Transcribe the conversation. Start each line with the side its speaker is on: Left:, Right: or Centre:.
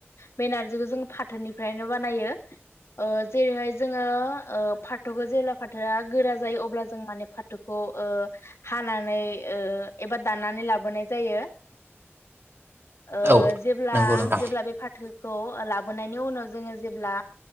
Left: बेनारजिखौ जों फाथोनिफ्रायनो बानायो। ओ जेरैहाय जोंङो ओ फाथोखौ जेब्ला फाथोआ गोरा जायो अब्ला जों माने फाथोखौ ओ हानानै ओ एबा दाननानै लाबोनाय जायो। ओ
Right: औ
Left: जेब्ला
Right: नंगौ नोंथां
Left: जेब्ला बे फाथोखौ ओ लाब फनायनि उनाव जोंङो जेब्ला